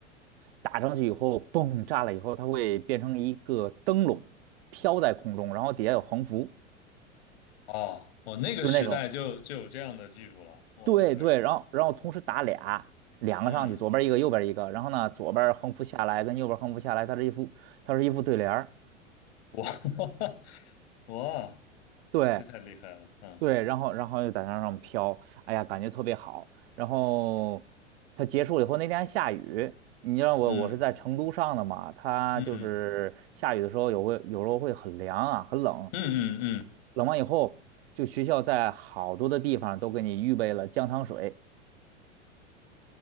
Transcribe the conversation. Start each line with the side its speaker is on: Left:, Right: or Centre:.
Right: 打上去以后，嘣，炸了以后，它会变成一个灯笼飘在空中，然后底下有横幅，
Left: 哦，我那个时代就就有这样的技术了，
Right: 就是那种。
Left: 哇，
Right: 对对，
Left: 那可以，
Right: 然后然后同时打俩，两个上去，
Left: 嗯，
Right: 左边一个，右边一个，然后呢，左边横幅下来跟右边横幅下来，它是一副它是一副对联儿，
Left: 哇 <laughs> 哇，
Right: 对
Left: 这太厉害了，嗯
Right: 对，然后然后又在那上飘，哎呀，感觉特别好。然后它结束以后，那天还下雨，你知道我我是在成都上的嘛，
Left: 嗯
Right: 它就是下雨的时候有会有时候会很凉啊，
Left: 嗯
Right: 很冷，
Left: 嗯嗯嗯。
Right: 冷完以后，就学校在好多的地方都给你预备了姜汤水。